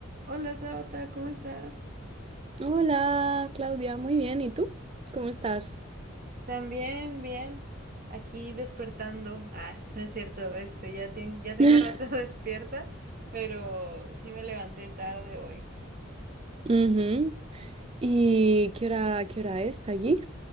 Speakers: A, on the right (about 45°); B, on the right (about 30°).
A: Hola Tabata, ¿cómo estás?
B: Hola, Claudia, muy bien. ¿Y tú? ¿Cómo estás?
A: También, bien. Aquí despertando. Ah, <laughs> no es cierto, este, ya, tien- ya tengo
B: <laughs>
A: rato <laughs> despierta, pero sí me levanté tarde hoy.
B: Ujú. ¿Y qué hora, qué hora es allí?